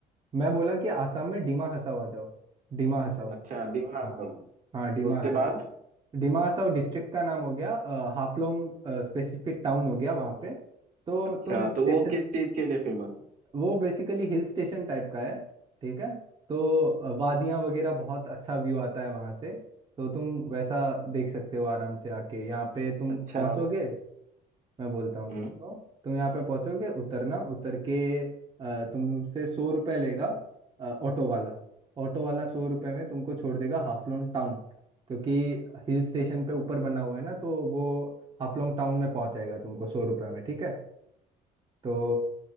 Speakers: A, on the right (about 30°); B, on the right (about 55°).
A: मैं बोला कि आसाम में डिमा हसाओ आ जाओ डिमा हसाओ
B: अच्छा दीमा आपका
A: हाँ हाँ डिमा
B: उसके
A: हसाओ
B: बाद
A: डिमा हसाओ डिस्ट्रिक्ट का नाम हो गया अ, हाफलोंग स्पेसिफिक टाउन हो गया वहाँ पे तो
B: अच्छा
A: तुम जी स्टेशन
B: तो वो किस चीज के लिए फेमस है
A: वो बेसिकली हिल स्टेशन टाइप का है ठीक है तो वादियां वगैरह बहुत अच्छा व्यू आता है वहां से तो तुम वैसा देख सकते हो आराम से आके यहाँ पे तुम
B: अच्छा
A: पहुंचोगे मैं बोलता हूँ
B: हम्म
A: तुमको तुम यहाँ पे पहुंचोगे उतरना उतर के अ, तुमसे सौ रुपये लेगा अ, ऑटो वाला ऑटो वाला सौ रुपये में तुमको छोड़ देगा हाफलोंग टाउन क्योंकि हिल स्टेशन पे ऊपर बना हुआ है ना तो वो हाफलोंग टाउन में पहुंचाएगा तुमको सौ रुपये में ठीक है तो